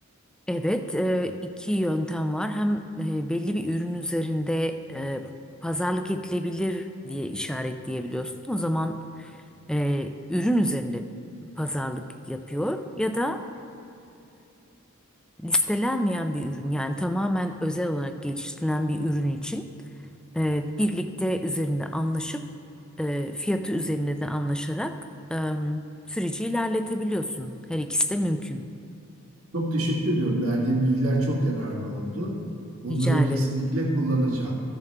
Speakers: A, in the centre; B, on the right.
A: Evet, e, iki yöntem var. Hem e, belli bir ürün üzerinde e, pazarlık edilebilir diye işaretleyebiliyorsun. O zaman e, ürün üzerinde pazarlık yapıyor ya da e, listelenmeyen bir ürün yani tamamen özel olarak geliştirilen bir ürün için e, birlikte üzerinde anlaşıp e, fiyatı üzerinde de anlaşarak e, süreci ilerletebiliyorsun. Her ikisi de mümkün.
B: Çok teşekkür ediyorum. Verdiğim bilgiler çok yararlı oldu. Bunları
A: Rica
B: kesinlikle
A: ederim.
B: kullanacağım.